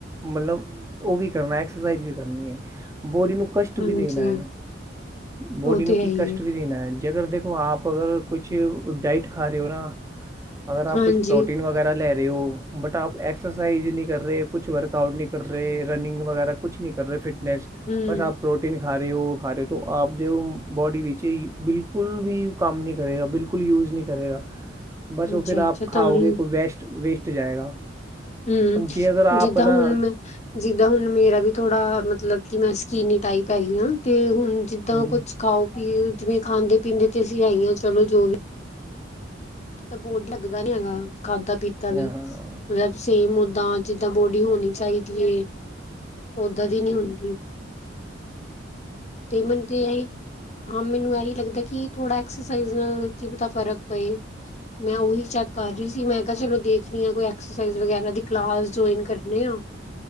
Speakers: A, on the right (about 15°); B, on the left (about 40°).
A: ਮਤਲਬ ਓ ਵੀ ਕਰਨੈ, ਐਕਸੇਸਾਈਸ ਵੀ ਕਰਨੀ ਏ, ਬੋਡੀ ਨੂੰ ਕਸ਼ਟ
B: ਹਾਂਜੀ
A: ਵੀ ਦੇਨੈ, ਬੋਡੀ
B: ਉਹ
A: ਨੂੰ
B: ਤੇ
A: ਕੀ
B: ਹੈ ਹੀ
A: ਕਸ਼ਟ
B: ਹੈ
A: ਵੀ ਦੇਨੈ ਜੇ ਅਗਰ ਦੇਖੋ ਆਪ ਅਗਰ ਕੁੱਛ ਡਾਈਟ ਖਾਰੇ ਓ ਨਾ ਅਗਰ ਆਪ
B: ਹਾਂਜੀ
A: ਕੁੱਛ ਪ੍ਰੋਟੀਨ ਵਗੈਰਾ ਲੈ ਰੇ ਓ ਬਟ ਆਪ ਐਕਸਰਸਾਈਜ਼ ਨੀ ਕਰ ਰੇ ਕੁੱਛ ਵਰਕ ਆਊਟ ਨੀ ਕਰ ਰੇ ਰਨਿੰਗ ਵਗੈਰਾ ਕੁੱਛ ਨੀ ਕਰ ਰੇ ਫਿਟਨੈਸ,
B: ਹੂੰ,
A: ਬੱਸ ਆਪ ਪ੍ਰੋਟੀਨ ਖਾ ਰੇ ਓ, ਓ ਖਾ ਰੇ ਓ, ਤੋ ਆਪਦੇ ਬੋਡੀ ਵਿੱਚ ਬਿਲਕੁਲ ਵੀ ਕੰਮ ਨੀ ਕਰੇਗਾ ਬਿਲਕੁਲ ਯੂਜ਼ ਨੀ ਕਰੇਗਾ, ਬਾੱਸ ਓ
B: ਅੱਛਾ-ਅੱਛਾ
A: ਫਿਰ ਆਪ ਖਾਓਗੇ
B: ਤਾਂ ਹੀ
A: ਕੋਈ ਵੈਸਟ ਵੇਸਟ ਜਾਏਗਾ।
B: ਹੂੰ,
A: ਹੁਣ ਜੇ ਅਗਰ ਆਪ
B: ਜਿੱਦਾਂ
A: ਨਾ
B: ਹੁਨ ਮੈਂ ਜਿੱਦਾਂ ਹੁਨ ਮੇਰਾ ਵੀ ਥੋੜਾ ਮਤਲਬ ਕਿ ਮੈਂ ਸਕੀਨੀ ਟਾਈਪ ਹੈੈਗੀ ਆਂ, ਤੇ ਹੁਨ ਜਿੱਦਾਂ
A: ਹਾਂਜੀ
B: ਕੁੱਛ ਖਾਓ ਪੀਓ, ਜਿਵੇਂ ਖਾਂਦੇ ਪੀਂਦੇ ਤੇ ਅਸੀ ਹੈਈ ਆਂ, ਚਲੋ ਜੋ ਵੀ ਤਾ ਬੋਡ ਲੱਗਦਾ ਨੀ ਹੈਗਾ, ਖਾੱਦਾ ਪੀਤਾ ਵੀ
A: ਹਾਂ ਹਾਂ
B: ਮਲਬ ਸੇਮ ਓਦਾਂ, ਜਿੱਦਾਂ ਬੋਡੀ ਹੋਨੀ ਚਾਈਦੀ ਏ, ਓਦਾਂ ਦੀ ਨੀ ਹੁੰਦੀ। ਤੇ ਮੈਨੂੰ ਤੇ ਐਹੀ, ਹਾਂ ਮੈਨੂੰ ਐਹੀ ਲੱਗਦੈ ਕਿ ਥੋੜਾ ਐਕਸਰਸਾਈਜ਼ ਕੀ ਪਤਾ ਫਰਕ ਪਏ ਮੈਂ ਉਹੀ ਚੈਕ ਕਰ ਰਹੀ ਸੀ ਮੈਂ ਕਿਹਾ ਚਲੋ ਦੇਖ ਕੋਈ ਐਕਰਸਾਈਜ਼ ਵਗੈਰਾ ਦੀ ਕਲਾਸ ਜੁਆਇੰਨ ਕਰਨੇ ਓ।